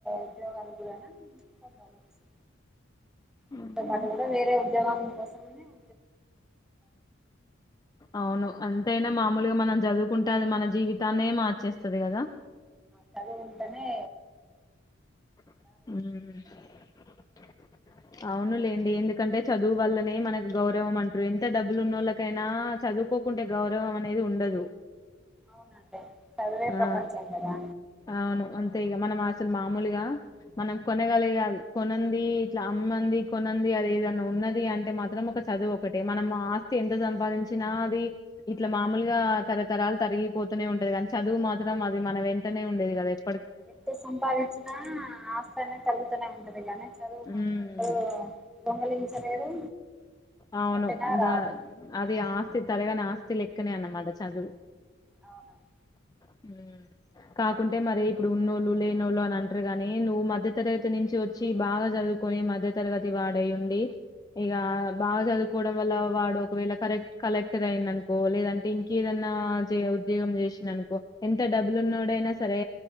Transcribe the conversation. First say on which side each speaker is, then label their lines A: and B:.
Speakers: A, in the centre; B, on the left.
A: ఉద్యోగాలు కూడ <unintelligible>
B: మ్మ్.
A: దీతో పాటు కూడ వేరే ఉద్యోగా కోసమనే <inaudible>
B: అవును అంతయినా మామూల్గా మనం చదువుకుంటే అది మన జీవితాన్నే మార్చేస్తుంది కదా
A: చదువు ఉంటెనే
B: మ్ అవునులేండి ఎందుకంటే చదువు వల్లనే మనకు గౌరవం అంట్రు ఎంత డబ్బులు న్నోళ్ళకైన చదువుకోకుంటే గౌరవం అనేది ఉండదు
A: అవునండి చదివే
B: ఆ
A: ప్రపంచం కదా
B: అవును అ తె ఇగ మనం అసలు మామూల్గా మనం కొనగలిగె అం కొనంది ఇట్ల అమ్మంది కొనంది గది ఏదన్న ఉన్నది అంటే మాత్రం ఒక చదువు ఒకటిే మనం ఆస్తి ఎంత సంపాదించినా అది ఇట్లా మామూల్గా తరతరాలు తరిగిపోతూనే ఉంటది కానీ చదువు మాత్రం అది మన వెంటనే ఉండేది కదా ఎప్
A: ఎంత సంపాదించిన ఆస్తి అనె తగ్గుతూనే ఉంటది కాగానీ చదువు
B: ఉమ్,
A: మాత్రం ఎవరు దొంగలించలేరు
B: అవును
A: కొట్టినా
B: ద
A: రాదు
B: అది ఆస్తి తరగని ఆస్ తి లెక్కనె అనమాట చదువు
A: అవునండి
B: హు కాకుంటే మరి ఇప్పుడు ఉన్నోళ్ళు లేనోళ్ళు అని అంట్రె గాని నువ్వు మధ్య తరగతి నుంచి వచ్చి బాగా చదువ్ చదుకొని మధ్య తరగతి వాడయి ఉండి ఇక బాగ చదువుకోవడం వల్ల వాడు ఒకవేళ కరెక్ కలెక్టర్ అయిండు అనుకో లేదంటే ఇంక ఏదన్నా ఆ ఉద్యోగం చేసిననుకో ఎంత డబ్బులు ఉన్నోడైనా సరే